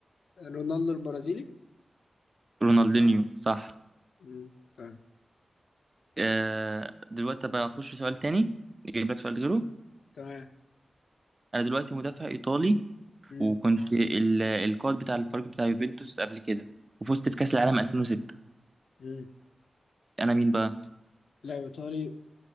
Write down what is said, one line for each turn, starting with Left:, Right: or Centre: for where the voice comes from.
Left: رونالدو البرازيلي
Right: رونالدينيو صح
Left: مم. تمام
Right: آه دلوقتي بقى اخش سؤال تاني نجيب لك سؤال غيره
Left: تمام
Right: انا دلوقتي مدافع ايطالي
Left: مم.
Right: وكنت ال- القائد بتاع الفريق بتاع يوفنتوس قبل كده وفزت في كأس العالم 2006
Left: مم.
Right: انا مين بقى
Left: لاعب إيطالي